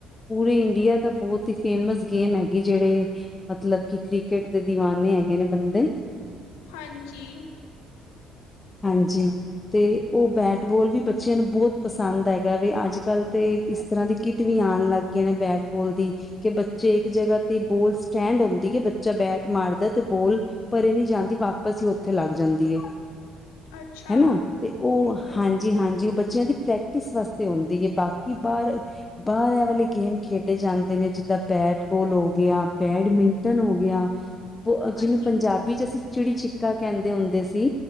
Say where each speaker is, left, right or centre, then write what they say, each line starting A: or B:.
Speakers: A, on the left; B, on the left.
A: ਪੂਰੇ ਇੰਡੀਆ ਦਾ ਬਹੁਤ ਹੀ, ਫੇਮਸ ਗੇਮ ਹੈਗੀ ਜਿਹੜੇ ਮਤਲਬ ਕਿ ਕ੍ਰਿਕਟ ਦੇ ਦੀਵਾਨੇ ਹੈਗੇ ਨੇ ਬੰਦੇ।
B: ਹਾਂਜੀ।
A: ਹਾਂਜੀ। ਤੇ ਉਹ ਬੈਟਬੋਲ ਵੀ, ਬੱਚਿਆਂ ਨੂੰ ਬਹੁਤ ਪਸੰਦ ਹੈਗਾ। ਵੀ ਅੱਜ ਕੱਲ ਤੇ ਇਸ ਤਰਾਂ ਦੀ ਕਿੱਟ ਵੀ ਆਉਣ ਲੱਗ ਗਈ ਨੇ। ਬੈਟਬੋਲ ਦੀ ਕਿ ਬੱਚੇ ਇੱਕ ਜਗਾ ਤੇ ਬੋਲ ਸਟੈਂਡ ਆਉਂਦੀ ਹੈ ਕਿ, ਬੱਚਾ ਬੈਟ ਮਾਰਦਾ ਤੇ ਬੋਲ ਪਰੇ ਨਹੀਂ ਜਾਂਦੀ। ਵਾਪਸ ਹੀ, ਉੱਥੇ ਲੱਗ ਜਾਂਦੀ ਹੈ,
B: ਅੱਛਾ
A: ਹਨਾ। ਤੇ ਉਹ
B: ਹਾਂ-
A: ਹਾਂਜੀ- ਹਾਂਜੀ ਉਹ ਬੱਚਿਆਂ ਦੀ ਪ੍ਰੈਕਟਿਸ ਵਾਸਤੇ ਹੁੰਦੀ ਹੈ। ਬਾਕੀ ਬਾਹਰ ਬਾਹਰ ਏ ਵਾਲੇ ਗੇਮ ਖੇਡੇ ਜਾਂਦੇ ਨੇ। ਜਿੱਦਾਂ ਬੈਟ- ਬੋਲ ਹੋ ਗਿਆ, ਬੈਡਮਿੰਟਨ ਹੋ ਗਿਆ। ਜਿਹਨੂੰ
B: ਹਾਂਜੀ
A: <unintelligible> ਾਬੀ ਚ ਅਸੀਂ ਚਿੜੀ ਛਿੱਕਾ ਕਹਿੰਦੇ ਹੁੰਦੇ ਸੀ।